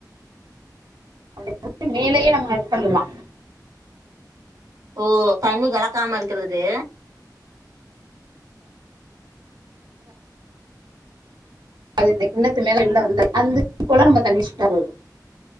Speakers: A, on the right; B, on the right.
A: <inaudible> மேலயே நம்ம இது பண்லா
B: ஓ தண்ணி கலக்காம இருக்கறது
A: அது இந்த கிண்ணத்து மேல இருந்த வந்த அந்த போல நம்ம தண்ணிச்சுட்டா போது